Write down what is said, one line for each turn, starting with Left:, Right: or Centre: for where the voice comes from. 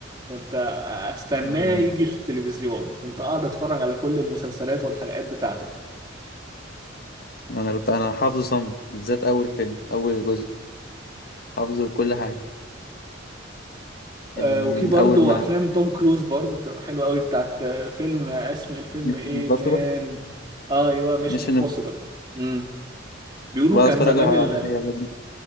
Right: كنت استناه
Left: أمم،
Right: يجي في التلفزيون كنت قاعد اتفرج على كل المسلسلات والحلقات بتاعته
Left: انا كنت انا حافظه صم بالذات اول فيلم اول جزء حافظه بكل حاجه يعني
Right: آه،
Left: من
Right: وفي برضه
Left: اول ما
Right: افلام توم كروز برضه بتبقى حلوه قوي بتاعت آه، فيلم آه، اسم الفيلم
Left: مش
Right: ايه
Left: امبوسيبل
Right: كان اه ايوه ميشن
Left: مش
Right: امبوسيبل امم بيقولوا
Left: كنت بقى
Right: كان
Left: اتفرج
Right: زمان
Left: عليها
Right: ال...
Left: برضه